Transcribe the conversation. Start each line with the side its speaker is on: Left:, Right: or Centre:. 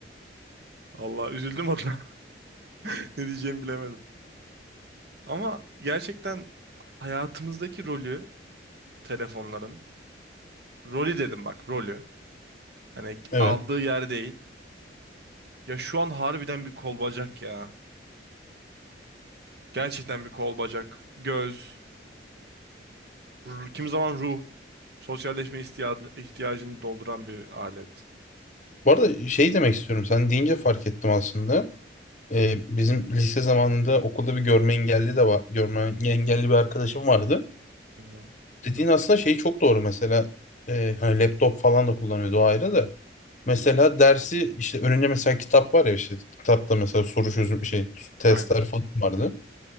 Right: Allah üzüldüm adına. <laughs> Ne diyeceğimi bilemedim. Ama gerçekten hayatımızdaki rolü telefonların rolü dedim bak rolü. Hani
Left: Evet.
Right: aldığı yer değil. Ya şu an harbiden bir kol bacak ya. Gerçekten bir kol bacak, göz, R- Kimi zaman ruh, sosyalleşme ihtiyacı, ihtiyacını dolduran bir alet.
Left: Bu arada şey demek istiyorum. Sen deyince fark ettim aslında. E, bizim lise zamanında okulda bir görme engelli de var. Görme engelli bir arkadaşım vardı.
Right: Hı hı.
Left: Dediğin aslında şey çok doğru. Mesela e, hani laptop falan da kullanıyordu o ayrı da. Mesela dersi işte önünde mesela kitap var ya işte kitapta mesela soru çözüm şey testler
Right: Aynen.
Left: falan vardı.